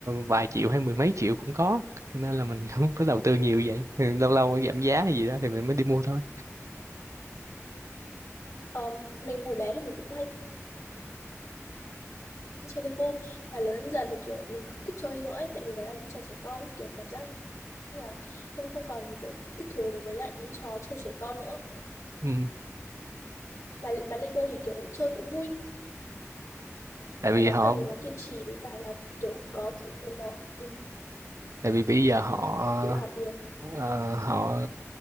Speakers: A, on the right; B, on the left.
A: vài triệu hay mười mấy triệu cũng có cho nên là mình <laughs> không có đầu tư nhiều vậy Ừ, lâu lâu giảm giá hay gì đó thì mình mới đi mua thôi
B: Ờ, mình hồi bé thì mình cũng hay chơi Lego và lớn dần dần thì kiểu mình không thích chơi nữa ấy, tại vì đấy là những trò trẻ con ấy kiểu cảm giác như là không không còn kiểu thích thú đối với lại những trò chơi trẻ con nữa
A: ừ.
B: mà mà Lego thì kiểu chơi cũng vui
A: tại
B: mà
A: vì
B: nó
A: họ
B: cần mình là kiên trì với cả là kiểu có sự của nó ừ,
A: tại vì bây giờ họ
B: tự học nhiều
A: Ờ, họ